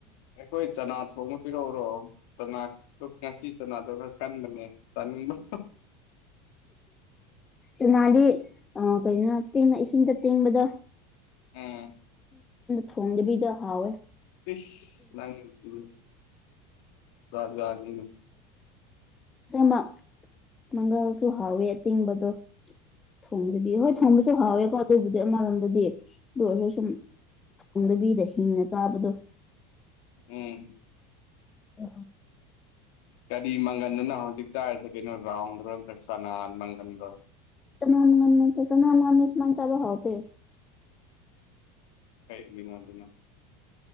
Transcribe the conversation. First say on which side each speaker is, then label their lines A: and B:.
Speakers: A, on the left; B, on the left.
A: ꯑꯩꯈꯣꯏ ꯆꯅꯥ ꯊꯣꯡꯕ ꯄꯤꯔꯛꯎꯔꯣ ꯆꯅꯥ ꯉꯁꯤ ꯆꯥꯅꯥ ꯗꯣ ꯈꯔꯥ ꯀꯟꯕꯅꯦ ꯆꯥꯅꯤꯡꯕꯔꯣ
B: ꯆꯅꯥꯗꯤ ꯑ ꯀꯩꯅꯣ ꯇꯦꯡꯅ ꯏꯁꯤꯡꯗ ꯇꯤꯡꯕꯗꯣ
A: ꯑꯝ
B: ꯊꯣꯡꯗꯕꯤꯗ ꯍꯥꯥꯎꯋꯦ
A: ꯐꯤꯁ ꯅꯪꯁꯨ ꯖꯥꯠ ꯖꯥꯠ ꯅꯤꯅꯦ
B: ꯆꯥꯕꯥ ꯃꯪꯒꯜꯁꯨ ꯍꯥꯎꯋꯦ ꯑꯇꯤꯡꯕꯗꯣ ꯊꯣꯡꯗꯕꯤ ꯍꯣꯏ ꯊꯣꯡꯕꯁꯨ ꯍꯥꯎꯋꯦꯀꯣ ꯑꯗꯨꯕꯨꯗꯤ ꯑꯃꯔꯣꯝꯗꯗꯤ ꯑꯗꯨ ꯑꯣꯏꯔꯁꯨ ꯁꯨꯝ ꯊꯣꯪꯗꯕꯤꯗ ꯍꯤꯡꯅ ꯆꯥꯕꯗꯣ
A: ꯎꯝ
B: ꯎ
A: ꯀꯔꯤ ꯃꯪꯒꯟꯗꯨꯅ ꯍꯧꯖꯤꯛ ꯆꯥꯔꯤꯁꯦ ꯀꯩꯅꯣ ꯔꯥꯎꯟꯗ꯭ꯔꯣ ꯅꯠꯇ꯭ꯔꯒ ꯆꯥꯅꯥ ꯃꯪꯒꯟꯗꯨꯔꯣ
B: ꯆꯅꯥꯝ ꯉ ꯆꯅꯥꯝ ꯉꯁꯃꯁ <inaudible> ꯕ ꯍꯥꯎ ꯄꯦ
A: ꯀꯩ ꯅꯣꯗꯅ <inaudible>